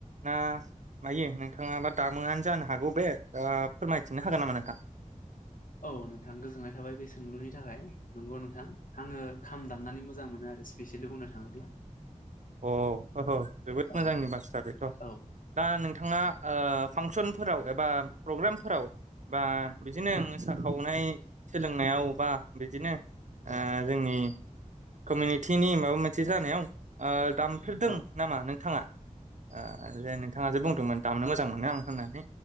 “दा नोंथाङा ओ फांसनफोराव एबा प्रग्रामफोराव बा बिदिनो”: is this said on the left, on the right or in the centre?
Right